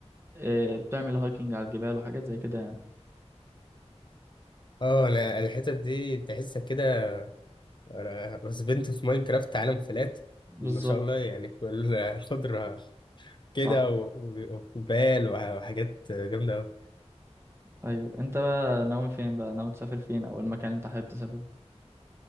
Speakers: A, on the right; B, on the left.
A: آه، بتعمل هايكنج على الجبال وحاجات زي كده يعني
B: اه انا الحتت دي تحسك كده انا رسبنت في ماينكرافت عالم فلات
A: بالظبط
B: ما شاء الله يعني كل خضرة كده
A: صح
B: و- و- وجبال وح- وحاجات جامدة أوي
A: ايوه انت بقى ناوي فين بقى ناوي تسافر فين او المكان اللي انت حابب تسافره